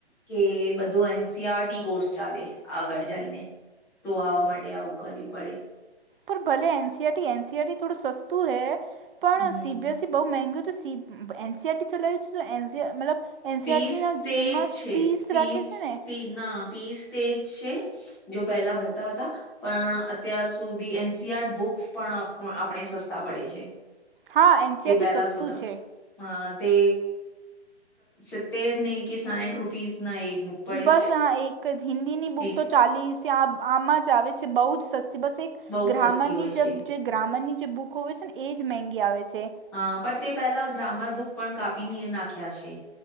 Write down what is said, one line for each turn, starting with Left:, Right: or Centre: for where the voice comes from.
Centre: કે, બધો એનસીઆરટી કોર્સ ચાલે. આગળ જઈને તો, આવા માટે આવું કરવી પડે.
Right: પણ ભલે એનસીઆરટી, એનસીઆરટી થોડું સસ્તું હૈ, પણ
Centre: હમ
Right: સીબીએસઈ બહુ મેગું હતું. એનસીઆરટી ચલાયું છે, એનસીઈઆરટી મતલબ એનસીઈઆરટીના
Centre: ફીસ તે
Right: જેમ જ
Centre: છે
Right: ફીસ રાખે છે ને?
Centre: ફી ના વીસ તેજ છે, જો પહેલા ભરતા હતા. પણ, અત્યાર સુધી એનસીઆર્ડ બુક્સ પણ આપણે સસ્તા પડે છે.
Right: હા એનસીઆરટી
Centre: તે પેલા
Right: સસ્તું
Centre: સુધા
Right: છે
Centre: હતું તે. સિતેર કે સાઠ રૂપીસ ના એક બુક. પડે
Right: બસ,
Centre: છે
Right: હા. એક જ હિન્દીની બુક
Centre: એક
Right: તો ચાલી છે. આ આમાં જ આવે છે, બહુ જ સસ્તી. બસ, એક.
Centre: બહુ
Right: ગ્રામરની
Centre: સસ્તી હોય
Right: જ
Centre: છે
Right: જે ગ્રામરની જે બુક હોય છે ને, એજ મોધી આવે છે.
Centre: હા, પણ તે પહેલા ગ્રામર બુક પણ કાપી ને નાખ્યા છે.